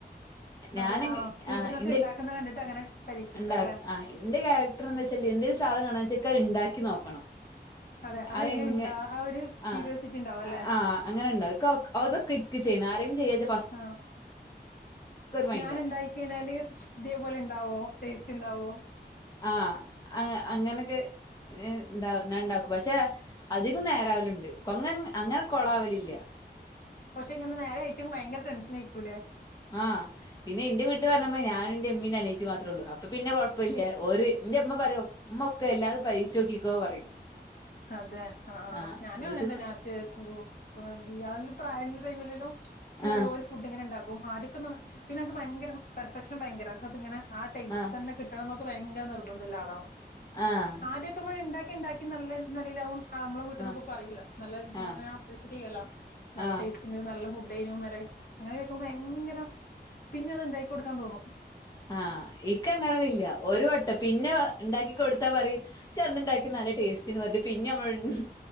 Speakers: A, on the left (about 55°); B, on the left (about 20°).
A: അതെ
B: ഞാനങ്ങ്
A: ആഹ് വീട്ടിൽന്നൊക്കെ
B: ആ ഇന്റെ
A: ഉണ്ടാക്കുന്ന കണ്ടിട്ട് അങ്ങനെ പരീക്ഷിക്കും
B: ഇണ്ടാ
A: അല്ലേ
B: ആ ഇന്റെ ക്യാരക്ടര്‍ ന്ന് വെച്ചാല് ലെ എന്തൊരു സാധനം കാണാച്ചാ ക്കഹ് ഇണ്ടാക്കി നോക്കണം
A: അതെ അതെങ്ങനെ
B: അഹ് ന്നെ
A: ഇണ്ടാ ആ ഒരു
B: ആഹ്
A: ക്യൂരിയോസിറ്റി ഉണ്ടാവും അല്ലെ
B: ആ അങ്ങനണ്ടോ ഇക്കോ അതൊക്കെ ഇക്ക് ചെയ്യണം ആരങ്കിലും ചെയ്യാച്ച
A: ആഹ്
B: മൈൻഡാ
A: ഞാൻ ഇണ്ടായിക്കഴിഞ്ഞാല് ഇതേപോലെ ഇണ്ടാവോ ടേസ്റ്റ്ണ്ടാവോ
B: ആഹ് ആഹ് അങ്ങനൊക്കെ ഇണ്ടാവും ഞാണ്ടാക്കും പക്ഷെ അധികം നേരാവല്ണ്ട് കൊങ്ങൻ അങ്ങനെ കൊളാവല് ഇല്ല
A: പക്ഷെ ഇങ്ങനെ നേരെ <unintelligible> ഭയങ്കര ടെൻഷൻ ആയിക്കൂലേ
B: ആ പിന്നെ എന്റെ വീട്ടില് വരണം ഞാനും ന്റെ ഉമ്മിയിം ന്റെ അനിയത്തി മാത്രേ ഉള്ളൂ അപ്പൊ പിന്നെ കൊഴപ്പല്ലൃ ഓര് എന്റെ ഉമ്മ പറയും ഉമ്മ ഒക്കെ എല്ലാം പരീക്ഷിച്ചു നോക്കിക്കോ പറയും
A: അതെ ആ
B: ആഹ്
A: ഞാനും
B: വീട്ടിന്ന്
A: അങ്ങനെ തന്നെയാ ഒച്ച കേക്കുമ്പോ കൊ ഇയാളിലും പ്രായം ഉള്ള ടൈം ഇല്ലല്ലോ ഇങ്ങനൊരു
B: ആഹ്
A: ഒരു ഫുഡ് ഇങ്ങനെ ഉണ്ടാക്കും ആദ്യൊക്കെ ന്ന്‌ പിന്നെ എനിക്ക് ഭയങ്കര പെർഫെക്ഷൻ ഭയങ്കരാ അത് ഇങ്ങനെ ആ ടേസ്റ്റ്
B: ആഹ്
A: തന്നെ കിട്ടണന്നൊക് ഭയങ്കര നിർബന്ധം ഇള്ള ആളാവും
B: ആഹ്
A: ആദ്യൊക്കെ മ്മഴ്ണ്ടാക്കി ഇണ്ടാക്കി നല്ല ഇത് നിലയിലാവും ആ നമ്മള് വീട്ടീന്നുക്ക
B: ആഹ്
A: പറയൂല്ലോ നല്ല നമ്മളിങ്ങനെ
B: ആഹ്
A: അപ്രീഷിയേറ്റ് ചെയുവല്ലോ നല്ല
B: ആഹ്
A: ടേസ്റ്റുണ്ട് നല്ല ഫുഡ്‌ <unintelligible> അങ്ങനെ കേക്കുമ്പോ ഭയങ്കരം പിന്നെ അത് ഉണ്ടാക്കി കൊടുക്കാൻ തോന്നും <unintelligible>
B: ആ ഇക്ക് അങ്ങനൊന്നും ഇല്ല ഒരു വട്ടം പിന്നെ ഇണ്ടാക്കി കൊടുത്താ പറയും ച്ഛ് അന്നുണ്ടാക്കിയ നല്ല ടേസ്റ്റിന്ന്‌ പറഞ്ഞ് പിന്നെ നമ്മളു